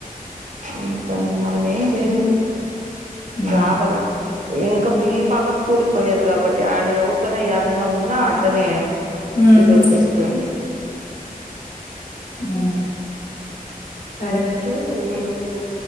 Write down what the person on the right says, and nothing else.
అంతా మనం ఏం చేయలేం.
గాపల ఇంకా వి పాప స్కూల్ పోయేది కాబట్టి ఆడ ఎవరితొనా ఎదన్న ఉన్నా అతనే
ఇది వచ్చేస్తుంది.
చూడు ఈరో జు